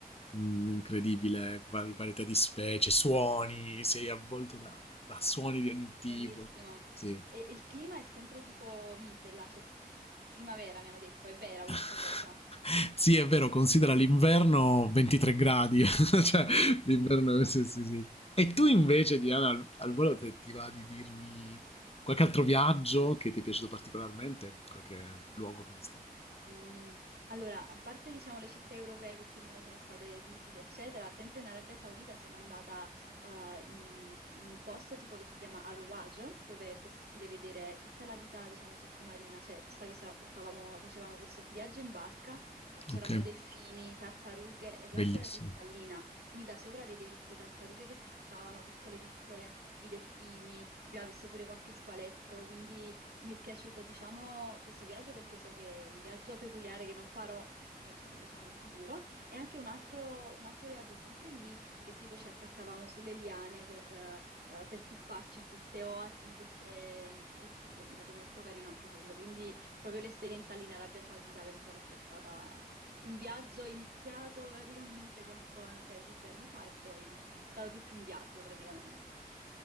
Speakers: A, on the left; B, on the right.
A: un'incredibile var- varietà di specie, suoni, sei avvolto da, da suoni di ogni tipo.
B: Bellissimo.
A: Sì.
B: E e il clima è sempre tipo mite là, c'è sempre primavera, mi hanno detto, è vera
A: <laughs>
B: questa cosa.
A: Sì, è vero, considera l'inverno 23 gradi, <laughs> cioè l'inverno
B: Bellissimo,
A: sì, sì, sì. E tu invece,
B: fantastico.
A: Diana, al, al volo te- ti va di dirmi qualche altro viaggio che ti è piaciuto particolarmente, qualche luogo che hai visto?
B: Mm, allora, a parte diciamo le città europee che più o meno sono state visite, eccetera, sempre in Arabia Saudita sono andata eh, in, in un posto tipo che si chiama Al-Waj, dove è possibile vedere tutta la vita, diciamo, sottomarina, cioè stavi- sa- stavamo- facevamo questo viaggio in barca e c'erano
A: Ok,
B: delfini, tartarughe e l'acqua
A: bellissimo.
B: era cristallina, quindi da sopra vedevi queste tartarughe che schizzavano piccole piccole, i delfini, abbiamo visto pure qualche squaletto, quindi... Mi è piaciuto, diciamo, questo viaggio perché so che è un viaggio peculiare che non farò, diciamo, in futuro. E anche un altro, un altro viaggio sempre lì, che tipo ci attaccavamo sulle liane per, eh, per tuffarci in queste oasi, in queste... in- È è stato molto carino anche quello. Quindi proprio l'esperienza lì in Arabia Saudita penso che sia stata un viaggio iniziato praticamente quattro anni, cioè cinque anni fa e poi è stato tutto un viaggio praticamente.